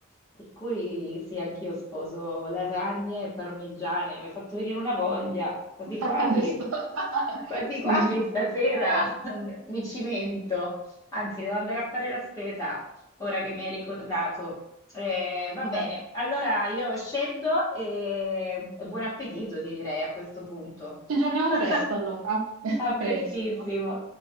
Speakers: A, on the left; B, on the right.
A: Per cui sì, anch'io sposo lasagne e parmigiane, mi hai fatto venire una voglia, quasi
B: <laughs>
A: quasi,
B: Adesso- <laughs>
A: quasi
B: sì,
A: quasi
B: ci-
A: stasera
B: no.
A: <laughs> mi cimento, anzi devo andare a fare la spesa ora che mi hai ricordato. Eh, va
B: Ah,
A: bene, allora io scendo e e buon appetito, ti direi a questo punto.
B: Ci aggiorniamo
A: <laughs>
B: presto allora. <laughs> A
A: A prestissimo.
B: presto.